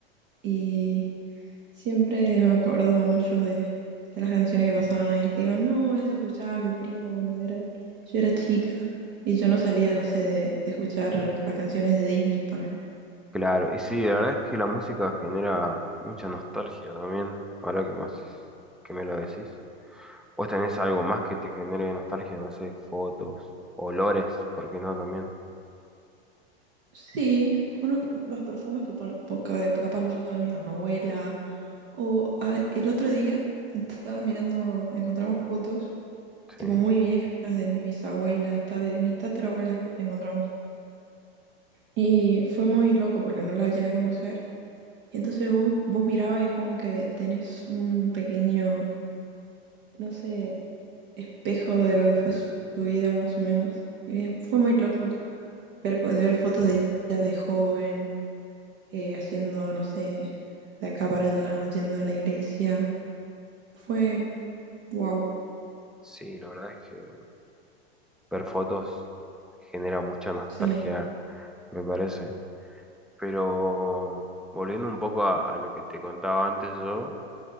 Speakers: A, on the right (about 55°); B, in the centre.
A: y siempre me acuerdo mucho de, de las canciones que pasaban ahí. Digo, no, eso escuchaba mi primo cuando era, yo era chica y yo no salía, no sé, de, de escuchar las canciones de Disney, poner.
B: Claro, y sí, la verdad es que la música genera mucha nostalgia también, ahora que más es- que me lo decís. ¿Vos tenés algo más que te genere nostalgia? No sé, fotos, olores, ¿por qué no también?
A: Sí, unos, los perfumes que, pone- po- que capaz usaba mi abuela. O a- el otro día estaba mirando, encontramos fotos. tipo
B: Sí.
A: muy viejas de mi bisabuela, hasta de mis tatarabuelas enco- encontramos. Y fue muy loco porque no la llegué a conocer. Y entonces vos, vos mirabas y es como que tenés un pequeño, no sé, espejo de lo que fue su, su vida más o menos. Y es- fue muy loco ver, co- ver fotos de ella de joven, eh, haciendo, no sé, de acá para allá, yendo a la iglesia. Fue wow,
B: Sí, la verdad es que ver fotos genera mucha nostalgia,
A: sí.
B: me parece. Pero volviendo un poco a, a lo que te contaba antes yo,